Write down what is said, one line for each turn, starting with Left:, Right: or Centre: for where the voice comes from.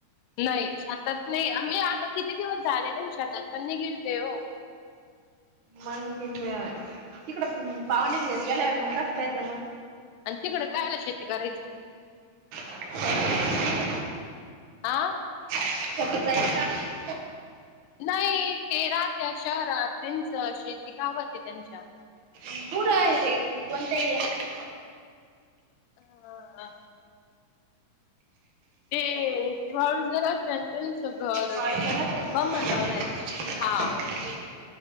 Left: नाही शेतात नाही आम्ही आता किती दिवस झाले शेतात पण नाही गेली आहे हो.
Right: मग तिकडं पाहुण्याच्या घरी गेल्यावर मग कसं जमन?
Left: अन् तिकडे काय आल शेती करायची
Right: <unintelligible>
Left: आ?
Right: <unintelligible>
Left: नाही ते राहत्यात शहरात त्यांचं शेती गावात ये त्यांच्या.
Right: कुठं आहे ते कोणत्या एरियात?
Left: ह हा हा. ते वाळूज <unintelligible> त्यांचं घर
Right: वाळूला राहते
Left: बामणगावला हाय
Right: का
Left: हा.
Right: असं म्हणजे